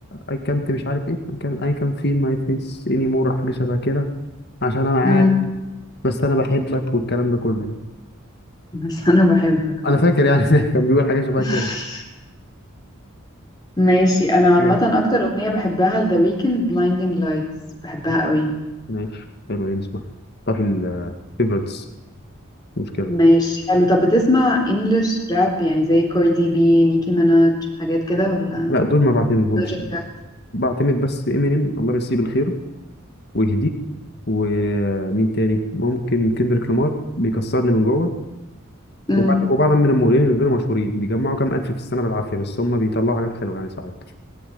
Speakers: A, on the left; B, on the left.
A: اي كانت مش عارف ايه اي كان اي كان في ماي فيس اني مور حاجه شبه كده عشان انا معاك
B: مم. <laughs>
A: بس انا بحبك والكلام ده كله يعني
B: بس انا بحبك اه
A: انا فاكر يعني <laughs> كان بيقول حاجه شبه
B: <laughs>
A: كده
B: ماشي انا عامه
A: ايه
B: اكتر اغنيه بحبها لذا ويكند blinding lights بحبها قوي
A: ماشي حلو ايه نسمع طب الفيفورتس مشكله
B: ماشي حلو طب بتسمع انجلش راب يعني زي كاردي بي نيكي ميناج حاجات كده ولا
A: لا دول ما بعتمدهمش
B: لوجيكا
A: بعتمد بس امينيم الله يمسيه بالخير ويهديه ومين تاني ممكن كندريك لامار بيكسرني من جوه
B: امم
A: وبعد وبعد من المغنيين الغير مشهورين بيجمعوا كام الف في السنه بالعافيه بس هم بيطلعوا حاجات حلوه يعني ساعات